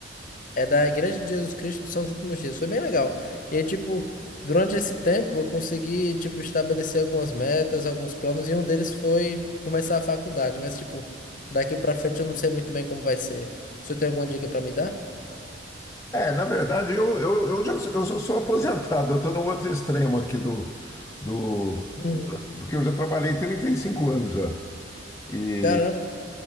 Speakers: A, on the left (about 45°); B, on the left (about 15°).
A: É da Igreja de Jesus Cristo dos Santos dos Últimos Dias. Foi bem legal. E aí, tipo, durante esse tempo eu consegui, tipo, estabelecer algumas metas, alguns planos, e um deles foi começar a faculdade. Mas, tipo, daqui pra frente eu não sei muito bem como vai ser. O senhor tem alguma dica pra me dar?
B: É, na verdade, eu, eu, eu, já, sou- eu só sou aposentado. Eu estou no outro extremo aqui do, do... da-
A: Uhum.
B: Porque eu já trabalhei 35 anos já. E,
A: Caramba, que-